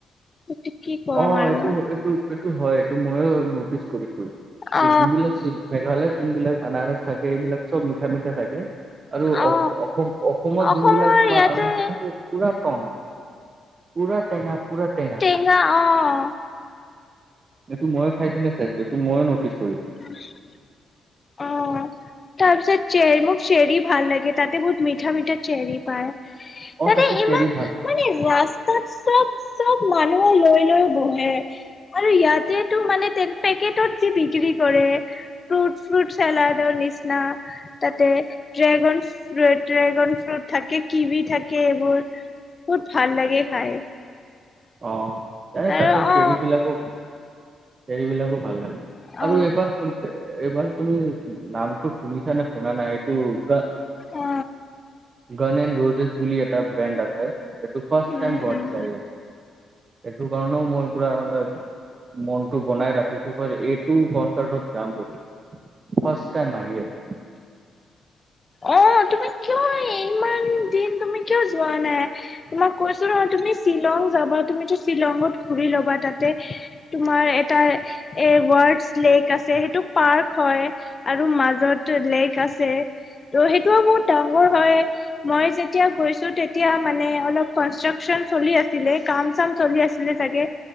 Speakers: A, on the left (about 35°); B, on the right (about 45°).
A: এইটো কি ক'ম
B: অঁ,
A: আৰু
B: এইটো, এইটো এইটো হয়। এইটো মইও নটিচ কৰিছোঁ।
A: অ
B: এই যোন বিলাক চে মেঘালয়ত যোনবিলাক আনাৰস থাকে এইবিলাক চব মিঠা মিঠা থাকে। আৰু
A: অ
B: অস- অস- অসমত
A: অসমৰ
B: যোনবিলাক তোমাৰ
A: ইয়াতে
B: আনাৰস আছে সেইবোৰ পুৰা টেঙা। পূৰা টেঙা, পুৰা টেঙা।
A: পুৰা অঁ।
B: এইটো মই খাই কিনে চাইছোঁ। এইটো মইও নটিচ কৰিছোঁ।
A: <inaudible> অঁ, তাৰপিছত চেৰী মোক চেৰী ভাল লাগে। তাতে বহুত মিঠা মিঠা চেৰী পায়।
B: অ
A: তাতে ইমান
B: চেৰি ভাল পায়
A: মানে নাচ তাত চব চব মানুহে লৈ লৈ বহে আৰু ইয়াতেটো মানে তেনে পেকটত যে বিক্ৰী কৰে ফ্ৰুট ফ্ৰুট চালাডৰ নিচিনা তাতে ড্ৰেগন ফ্ৰ ড্ৰেগন ফ্ৰুট থাকে, কিবি থাকে এইবোৰ বহুত ভাল লাগে খাই।
B: অঁ, এই
A: আৰু
B: তাতে
A: অ
B: চেৰীবিলাকো চেৰীবিলাকো ভাল লাগে
A: অ
B: আৰু এবাৰ এইবাৰ তুমি উম নামটো শুনিছা নে শুনা নাই? এইটো গ
A: অ
B: গানেন ৰোজেছ বুলি এটা ব্ৰেণ্ড আছে। এইটো ফাৰ্ষ্ট
A: উম
B: টাইম গুৱাহাটীত
A: হম
B: আহি আছে। এইটো কাৰণেও মই পুৰা মানে মনটো বনাই ৰাখিছোঁ। বৰ--এইটো বছৰত যাম বুলি। ফাৰ্ষ্ট টাইম আহি আছে।
A: অঁ, তুমি কিয়, ইমান দিন তুমি কিয় যোৱা নাই? তোমাক কৈছো নহয়, তুমি শ্বিলং যাবা। তুমিতো শ্বিলঙত ঘুৰি ল'বা তাতে তোমাৰ এটাই এ ৱৰ্ডছ লেক্ আছে সেইটো পাৰ্ক হয় আৰু মাজতো লেক্ ঠিক আছে ত' সেইটোও বহুত ডাঙৰ হয় মই যেতিয়া গৈছো তেতিয়া মানে অলপ কন্সট্ৰাকচন চলি আছিলে কাম চাম চলি আছিলে আছিলে চাগে